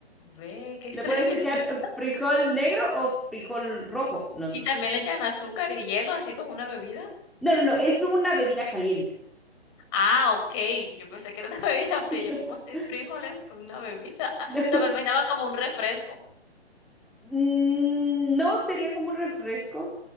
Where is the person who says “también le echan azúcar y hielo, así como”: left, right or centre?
Left